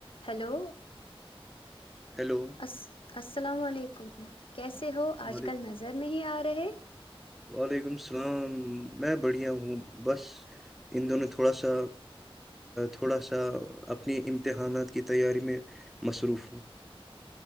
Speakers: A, on the left; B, in the centre.
A: Hello
B: hello
A: الس السلام علیکم ہوں کیسے ہو آج
B: وعلیک
A: کل نظر نہیں آ رہا ے
B: وعلیکم السلام میں بڑھیا ہوں بس ان دونوں تھوڑا سا تھوڑا سا اپنی امتحانات کی تیاری میں مصروف ہوں